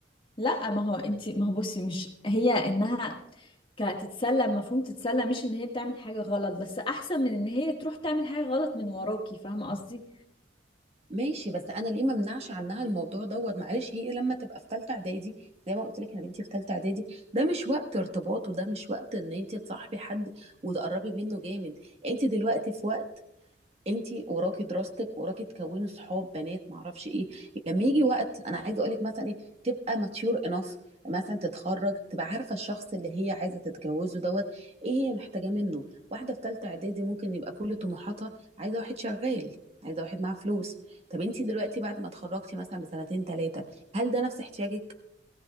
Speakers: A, on the left (about 30°); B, on the right (about 35°).
A: لا ما هو انت ما هو بصي مش هي انها كتتسلى مفهوم تتسلى مش ان هي بتعمل حاجة غلط بس احسن من ان هي تروح تعمل حاجة غلط من وراكي فاهمة قصدي
B: ماشي بس انا ليه ما امنعش عنها الموضوع دوت معلش هي لما تبقى في ثالثه اعدادي زي ما قلت لك انا بنتي في ثالثه اعدادي ده مش وقت ارتباط وده مش وقت ان انت تصاحبي حد وتقربي منه جامد انت دلوقتي في وقت انتي وراكي دراستك وراكي تكوني صحاب بنات معرفش ايه لما يجي وقت انا عايزه اقولك مثلا ايه تبقى ماتيور انف مثلا تتخرج تبقى عارفه الشخص اللي هي عايزه تتجوزه دوت ايه هي محتاجاه منه واحده في ثالثه اعدادي ممكن يبقى كل طموحاتها عايزه واحد شغال عايزه واحد معاه فلوس طب انتي دلوقتي بعد ما اتخرجتي مثلا بسنتين ثلاثه هل ده نفس احتياجك